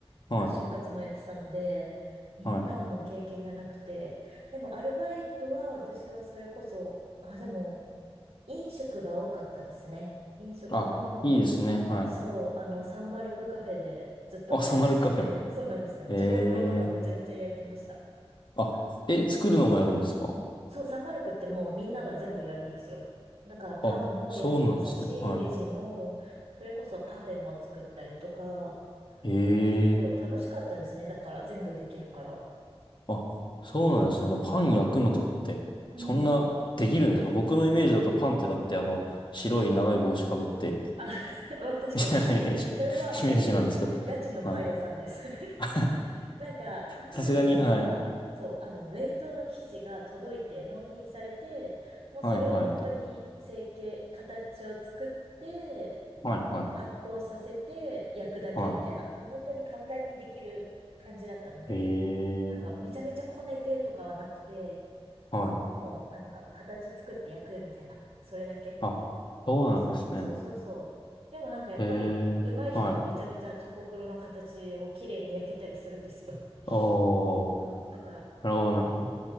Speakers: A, on the right; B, on the left.
A: なんか就活もやってたので、
B: はい、
A: インターンも経験がなくて、
B: はい。
A: でもアルバイトは私はそれこそ、あ、でも、飲食が多かったですね。飲食の、
B: あ、いいですね。はい。
A: そう、あの、サンマルクカフェでずっとバイトしてて、
B: あ、サマルカフェ。
A: <laughs> そうなんですよ。
B: ええ。
A: チョコクロとかめちゃめちゃ焼いてました。
B: あ、え、作るのもやるんですか
A: そう、マルクってもうみんなが全部やるんですよ。だからパンも焼きますし、
B: あ、そうなんですね。は
A: レジも、それこそパフェも作ったりとか、
B: い。ええ。
A: そう、楽しかったですね。だから全部できるから。
B: あ、そうなんですね。パン焼くのとかって、
A: うんうん。
B: そんな、
A: うん、
B: できるんですか僕のイメージだとパンってだって、
A: うんうん。
B: あの、白い長い帽子かぶって、
A: あ、<laughs> まあ確かに確かに。
B: みたいなイメージ、
A: それはマジ、
B: イメージなんですけど。
A: ガチのパン屋さんです
B: はい。
A: <laughs>
B: <laughs>
A: なんか、309は、
B: さすがに、はい。
A: そう、あの、冷凍の生地が届いて納品されて、もうそれを本当に成形、
B: はいはい。
A: 形を作って、
B: はいはい。
A: 発酵させて焼くだけみたいな、
B: は
A: もう本当に簡単にできる感じだったので、
B: い。え
A: なんかめちゃめちゃこねてとかはなくて、
B: え。はい。
A: もうなんか形作って焼くみたいな、それだけ
B: あ、そうなんですね。
A: でしたね。そうそうそう。でもなんかやっぱり上手い人はめちゃめちゃチョコクロの形を綺麗に焼けたりするんですよ。
B: ええ。はい。おー。
A: <laughs> そう、だから、
B: なるほど、なるほ